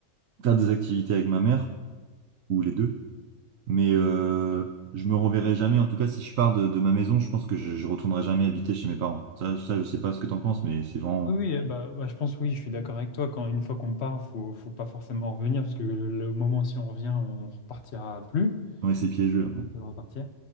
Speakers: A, on the right; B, on the left.
A: faire des activités avec ma mère, ou les deux. Mais euh, je me reverrai jamais. En tout cas, si je pars de, de ma maison, je pense que je, je retournerai jamais habiter chez mes parents. Ça, ça, je sais pas ce que t'en penses, mais c'est vraiment,
B: Oui, oui, euh, bah, bah, je pense oui, je suis d'accord avec toi. Quand une fois qu'on part, faut, faut pas forcément revenir parce que le, le moment si on revient, on repartira plus.
A: ouais, c'est piégeux.
B: C'est
A: après.
B: compliqué de repartir.